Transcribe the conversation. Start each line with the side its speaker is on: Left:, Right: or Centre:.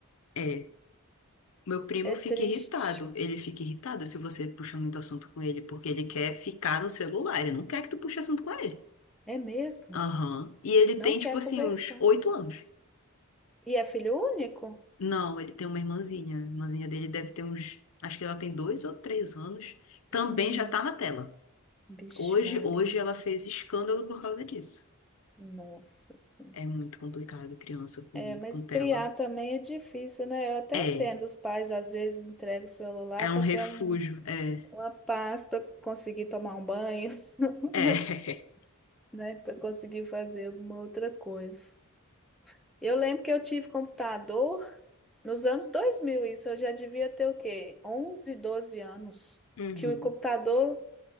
Left: É. Meu primo
Centre: É
Left: fica
Centre: triste.
Left: irritado. Ele fica irritado se você puxa muito assunto com ele, porque ele quer ficar no celular. Ele não quer que tu puxe assunto com ele.
Centre: É mesmo?
Left: Aham. E ele
Centre: Não
Left: tem, tipo
Centre: quer
Left: assim,
Centre: conversar.
Left: uns oito anos.
Centre: E é filho único?
Left: Não, ele tem uma irmãzinha. A irmãzinha dele deve ter uns. Acho que ela tem dois ou três anos. Também
Centre: Pequenininho.
Left: já tá na tela.
Centre: Vixe,
Left: Hoje,
Centre: Maria.
Left: hoje ela fez escândalo por causa disso.
Centre: Nossa. Senhora.
Left: É muito complicado criança com,
Centre: É, mas
Left: com
Centre: criar
Left: tela.
Centre: também é difícil, né? Eu até
Left: É.
Centre: entendo, os pais às vezes entregam o celular
Left: É um
Centre: para
Left: refúgio.
Centre: ter um,
Left: É.
Centre: uma paz para conseguir tomar um banho, <laughs>
Left: É.
Centre: né? Para conseguir fazer alguma outra coisa. Eu lembro que eu tive computador nos anos 2000. isso eu já devia ter o quê? 11, 12 anos,
Left: <laughs> Uhum.
Centre: que o computador